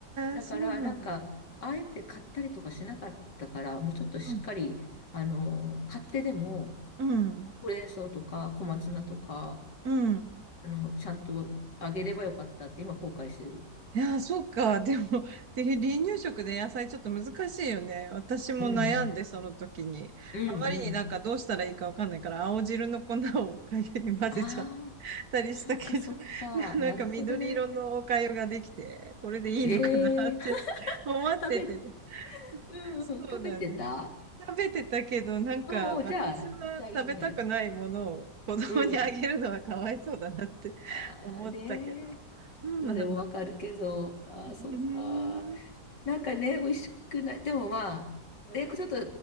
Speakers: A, on the left; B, on the right.
A: だから、
B: え、そうなんだ。
A: なんか、あえて買ったりとかしなかったから、もうちょっとしっかり、
B: うん、
A: あの、買ってでも、
B: うん、
A: ほうれん草とか小松菜とか、
B: うん。
A: あの、ちゃんとあげればよかったって今後悔してる。
B: いや、そっか。でも、で、離乳食で野菜ちょっと難しいよね。私も悩んで、
A: うん。
B: その時に。
A: うんうん。
B: あまりになんかどうしたらいいかわかんないから、青汁の粉をおかゆに混ぜちゃっ
A: ああ、
B: たりしたけど、
A: そっかそっか。
B: <laughs> でもなんか緑色のお粥ができて、
A: なるほどね。
B: これでいいのかなって
A: ええ
B: <laughs> 思っててね。
A: <laughs> 食べ、うんうん、
B: そうだね。
A: 食べてた
B: 食べてたけど、なんか私は食べたくないものを子供にあげるのはかわいそうだなって
A: うんうん、じゃあ、じゃあいいんだよ。うん。ああ、
B: <laughs> 思ったけど、
A: ねえ。
B: そうなんだ。
A: でもわかるけど、ああ、
B: うーん。
A: そっか。なんかね、美味しくない。でもまあ、ね、ちょっと、